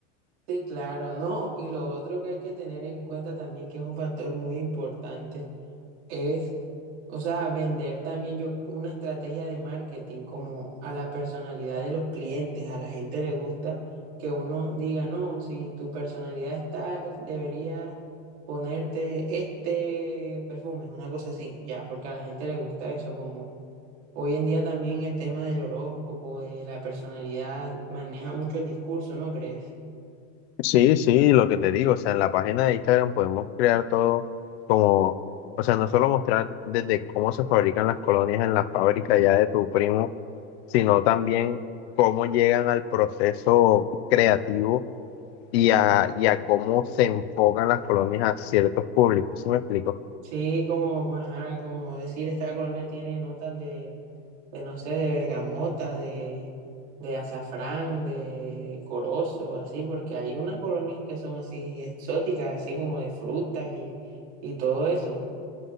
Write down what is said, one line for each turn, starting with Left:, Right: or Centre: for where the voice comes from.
Right: Sí, claro, ¿no? Y lo otro que hay que tener en cuenta también, que es un factor muy importante, es, o sea, vender también yo una estrategia de marketing como a la personalidad de los clientes. A la gente le gusta que uno diga, no, si tu personalidad es tal, deberías ponerte este perfume, una cosa así, ya, porque a la gente le gusta eso, como hoy en día también el tema del horóscopo, de la personalidad, maneja mucho el discurso, ¿no crees?
Left: Sí, sí, lo que te digo, o sea, en la página de Instagram podemos crear todo como, o sea, no solo mostrar desde cómo se fabrican las colonias en la fábrica ya de tu primo, sino también cómo llegan al proceso creativo y a, y a cómo se enfocan las colonias a ciertos públicos, ¿sí me explico?
Right: Sí, como, pues, ajá, como decir, esta colonia tiene notas de, de, no sé, de bergamota, de, de azafrán, de corozo, así, porque hay unas colonias que son así exóticas, así como de frutas y, y todo eso.